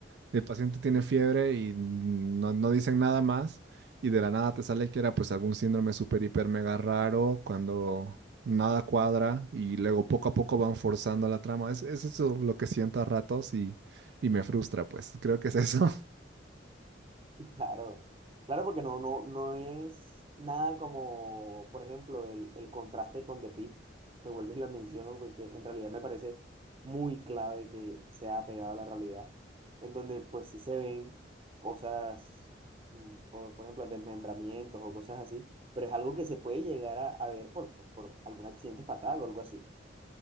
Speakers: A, on the right; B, on the right.
A: El paciente tiene fiebre y no, no dicen nada más y de la nada te sale que era pues algún síndrome super hiper mega raro cuando nada cuadra y luego poco a poco van forzando la trama. Es, es eso lo que siento a ratos y, y me frustra pues. Creo que es eso. <laughs>
B: Claro, claro, porque no, no, no es nada como, por ejemplo, el, el contraste con The Pitt, que vuelvo y lo menciono, porque en realidad me parece muy clave que sea apegado a la realidad, en donde pues sí se ven cosas, mm, por, por ejemplo, desmembramientos o cosas así, pero es algo que se puede llegar a, a ver por, por, por algún accidente fatal o algo así.